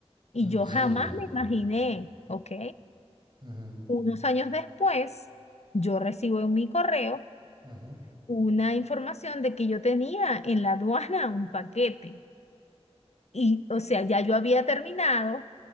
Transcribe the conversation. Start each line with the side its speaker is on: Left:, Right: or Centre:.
Left: Y
Right: ¿En
Left: yo
Right: serio?
Left: jamás me imaginé, ¿ok?
Right: Ujú,
Left: Unos años después, yo recibo en mi correo
Right: ujú,
Left: una información de que yo tenía en la aduana un paquete. Y, o sea, ya yo había terminado